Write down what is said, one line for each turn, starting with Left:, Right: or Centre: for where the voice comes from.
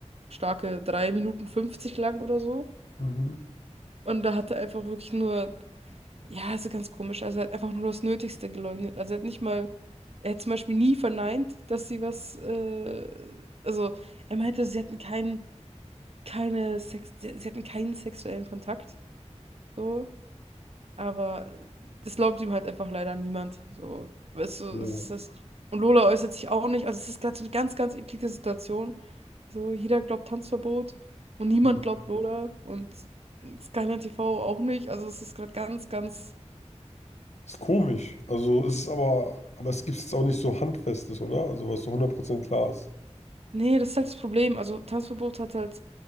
Right: starke 3 Minuten 50 lang oder so.
Left: Mhm.
Right: Und da hat er einfach wirklich nur, ja, also ganz komisch, also er hat einfach nur das Nötigste geleugnet. Also er hat nicht mal, er hat zum Beispiel nie verneint, dass sie was, äh, also er meinte, sie hatten keinen, keine Sex, sie sie hatten keinen sexuellen Kontakt. So, Aber das glaubt ihm halt einfach leider niemand. So, weißt du,
Left: Ja.
Right: das ist das. Und Lola äußert sich auch nicht. Also es ist gerade so eine ganz, ganz eklige Situation. So, jeder glaubt Tanzverbot und niemand
Left: Hm.
Right: glaubt Lola und Skyline TV auch nicht. Also es ist gerade ganz, ganz.
Left: Ist komisch. Also es ist aber, aber es gibt jetzt auch nicht so Handfestes, oder? Also was so 100% klar ist.
Right: Nee, das ist halt das Problem. Also Tanzverbot hat halt